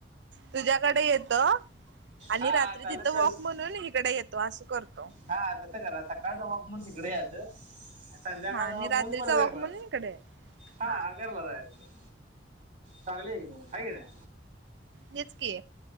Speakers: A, on the right (about 70°); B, on the right (about 45°).
A: तुझ्याकडे येत आणि
B: हा
A: रात्री
B: चालत
A: तिथं
B: चालत
A: वॉक म्हणून इकडे येतो असं करतो.
B: हा तस करा सकाळचा वाक म्हण तिकडे यात संध्याकाळ
A: हा आणि
B: जवब
A: रात्रीचा
B: म्हणून परत
A: वॉक
B: घरला
A: म्हणून इकडे येतो
B: हा गर्ल जायचं चांगलं एक हग आहे.
A: तेच की